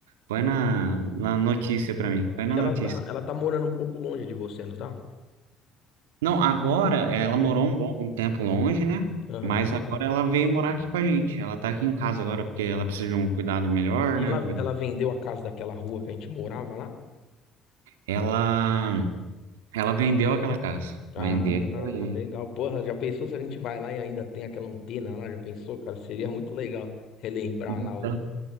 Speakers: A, on the right; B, on the left.
A: põe na, na notícia pra mim, põe na
B: E
A: notícia
B: ela tá, ela tá morando um pouco longe de você, não tá?
A: Não, agora eh, ela
B: Hum.
A: morou um bom um tempo longe, né?
B: Aham.
A: Mas agora ela veio morar aqui com a gente. Ela tá aqui em casa agora porque ela precisa de um cuidado melhor,
B: E
A: né?
B: ela,
A: Um cuidado.
B: ela vendeu a casa daquela rua que a gente morava lá?
A: Ela ela vendeu aquela casa.
B: Ah,
A: Vendeu e
B: legal. Porra, já pensou se a gente vai lá e ainda tem aquela antena lá? Já pensou, cara? Seria muito legal relembrar
A: então
B: lá o-